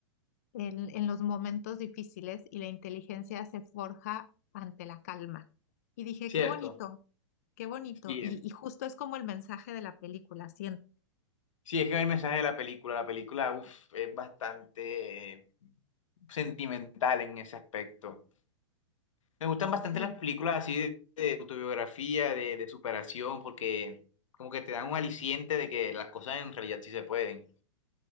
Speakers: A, on the left (about 30°); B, on the left (about 85°).
A: en- en los momentos difíciles y la inteligencia se forja ante la calma. Y dije,
B: Cierto.
A: qué bonito, qué bonito.
B: Sí,
A: Y, y justo es como el mensaje de la película, siento.
B: Sí, es que el mensaje de la película, la película uf, es bastante eh, sentimental en ese aspecto. Me gustan bastante
A: Sí,
B: las películas así de, de autobiografía, de, de superación, porque como que te dan un aliciente de que las cosas en realidad sí se pueden.